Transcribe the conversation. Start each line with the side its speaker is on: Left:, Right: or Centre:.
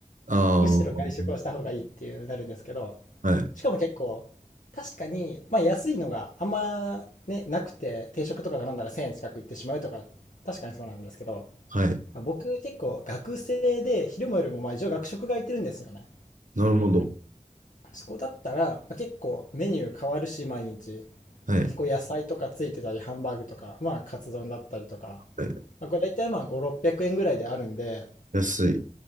Right: ああ、
Left: むしろ外食をした方がいいっていうなるんですけど、
Right: はい。
Left: しかも結構、確かに、まあ安いのがあんまね、なくて、定食とか頼んだら1000円近くいってしまうとか、確かにそうなんですけど、
Right: はい。
Left: あ僕結構学生で昼も夜もまあ一応学食が空いてるんですよね。
Right: なるほど。
Left: そこだったら、まあ、結構メニュー変わるし毎日
Right: はい。
Left: 結構野菜とかついてたりハンバーグとかまあカツ丼だったりとか、
Right: はい。
Left: まあ、これ大体まあ5、600円ぐらいであるんで
Right: 安い。